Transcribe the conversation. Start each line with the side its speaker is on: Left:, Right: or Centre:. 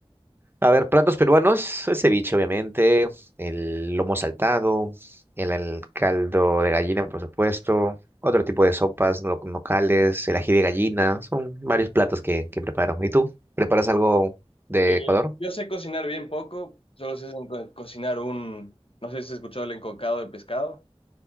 Right: A ver, platos peruanos, el ceviche, obviamente, el lomo saltado, el, el caldo de gallina, por supuesto, otro tipo de sopas lo- locales, el ají de gallina, son varios platos que, que preparo. ¿Y tú? ¿Preparas algo de
Left: Eh,
Right: Ecuador?
Left: yo sé cocinar bien poco, solo sé enco- cocinar un, no sé si has escuchado el encocado de pescado,